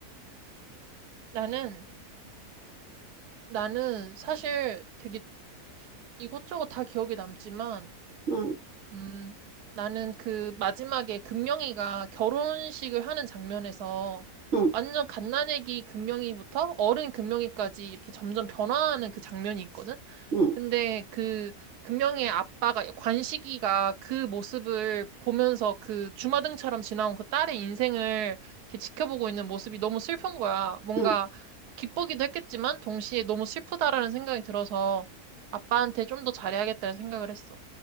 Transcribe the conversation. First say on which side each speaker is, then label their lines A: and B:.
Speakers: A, on the right (about 85°); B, on the right (about 55°).
A: 나는, 나는 사실 되게 이것저것 다 기억에 남지만
B: 응,
A: 음, 나는 그 마지막에 금명이가 결혼식을 하는 장면에서
B: 응,
A: 완전 갓난아기 금명이부터 어른 금명이까지 이렇게 점점 변화하는 그 장면이 있거든?
B: 응,
A: 근데 그 금명이의 아빠가, 관식이가 그 모습을 보면서 그 주마등처럼 지나온 그 딸의 인생을 이렇게 지켜보고 있는 모습이 너무 슬픈 거야. 뭔가
B: 응.
A: 기쁘기도 했겠지만 동시에 너무 슬프다라는 생각이 들어서 아빠한테 좀 더 잘해야겠다는 생각을 했어.